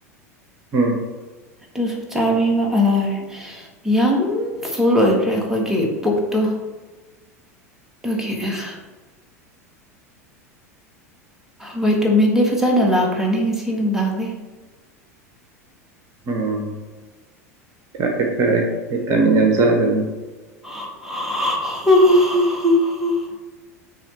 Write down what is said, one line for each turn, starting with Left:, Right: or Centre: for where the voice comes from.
Right: ꯎꯝ
Centre: ꯑꯗꯨꯨꯁꯨ ꯆꯥꯕꯤꯕ ꯑꯂꯥꯏ ꯌꯥꯝ ꯐꯨꯜ ꯑꯣꯏꯈ꯭ꯔꯦ ꯑꯩꯈꯣꯏꯒꯤ ꯄꯨꯛꯇꯣ ꯇꯀꯦ <inaudible> ꯚꯤꯇꯥꯃꯤꯟꯗꯤ ꯐꯖꯅ ꯂꯥꯛꯈ꯭ꯔꯅꯤ ꯉꯁꯤ ꯅꯨꯡꯗꯥꯡꯗꯤ
Right: ꯎꯝ ꯐꯔꯦ ꯐꯔꯦ ꯚꯤꯇꯥꯃꯤꯟ ꯌꯥꯝ ꯆꯥꯗꯕꯅꯤ
Centre: <unintelligible>